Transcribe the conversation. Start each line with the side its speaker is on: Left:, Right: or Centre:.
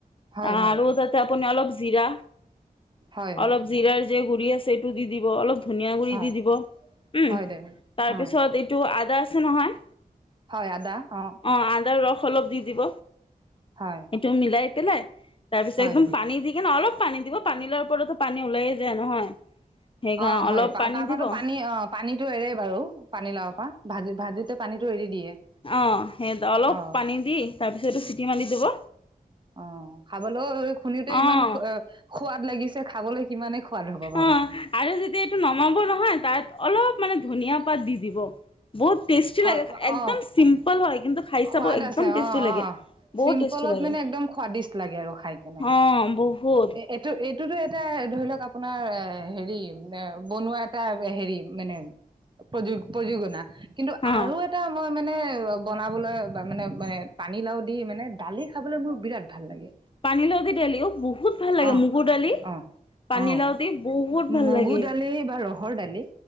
Right: হয়
Left: আৰু
Right: হয়
Left: তাতে আপুনি অলপ জীৰা
Right: হয় হয়
Left: অলপ জিৰাৰ জিৰাৰ গুৰি দি দিব অলপ ধনিয়া গুৰিৰ
Right: হয়
Left: দি দিব উম
Right: হয় দে
Left: তাৰ
Right: অ
Left: পিছত এইটো আদা আছে নহয়
Right: হয় আদা অ
Left: অঁ আদাৰ ৰস অলপ দি দিব
Right: হয়
Left: এইটো মিলাই পেলাই তাৰপিছত
Right: হয়
Left: একদম
Right: বাইদেউ
Left: পানী দি কিনে অলপ পানী দিব পানী লোৱাৰ ওপৰতো পানী ওলাই যায় নহয়। সেইকাৰণে
Right: অ হয়
Left: অলপ
Right: তাৰ
Left: পানী
Right: পৰাতো
Left: দিব অঁ
Right: পানী অ পানী টো এৰে বাৰু পানী লাও পৰা ভাজি ভাজিতে পানীতটো এৰি দিয়ে।
Left: অ সেই অলপ
Right: অ
Left: পানী দি তাৰপিছত এইটো চিটি মাৰি দিব।
Right: অ খাবলৈও শুনোতে ইমান
Left: অঁ
Right: সোৱাদ লাগিছে খাবলৈ কিমানেই সোৱাদ হ'ব ভাবো।
Left: অ আৰু যেতিয়া এইটো নমাব নহয় তাত অলপ মানে ধনিয়া পাত দি দিব। বহুত টেষ্টি
Right: হয়
Left: লাগে একদম
Right: অ
Left: চিম্পল হয় কিন্তু খাই
Right: সোৱাদ
Left: চাব একদম
Right: আছে
Left: টেষ্টি
Right: অ
Left: লাগে।
Right: অ
Left: বহুত
Right: চিম্পলত
Left: টেষ্টি লাগে
Right: মানে একদম স্বাদিষ্ট লাগে আৰু খাই কেনে
Left: অ', বহুত
Right: এইটো এই। টোতো এটা ধৰি লওক আপোনাৰ এ হেৰি এ বনোৱা এটা হেৰি মানে। প্ৰয প্ৰযোজনা কিন্তু
Left: অ'।
Right: আৰু এটা মই মানে অ বনাবলৈ বা মানে ম পানীলাও দি মানে দালি খাবলৈ মোৰ বিৰাট ভাল লাগে।
Left: পানীলাও দি দালি অ', বহুত ভাল লাগে
Right: অ
Left: মগুৰ দালি।
Right: অ',
Left: পানীলাও
Right: অ
Left: দি বহুত ভাল
Right: মগু
Left: লাগে
Right: দালি বা ৰহৰ দালি।